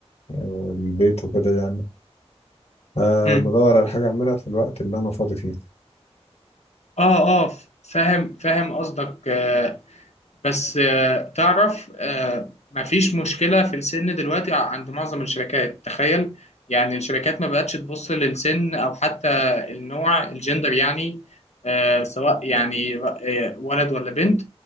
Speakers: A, on the left; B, on the left.
A: والبيت وكده يعني فبدور
B: مم.
A: على حاجة اعملها في الوقت اللي انا فاضي فيه
B: اه اه ف- فاهم فاهم قصدك آه، بس آه، تعرف آه، مفيش مشكلة في السن دلوقتي عند معظم الشركات تخيل يعني الشركات ما بقتش تبص للسن او حتى النوع الجندر يعني آه، سواء يعني آه، ولد ولا بنت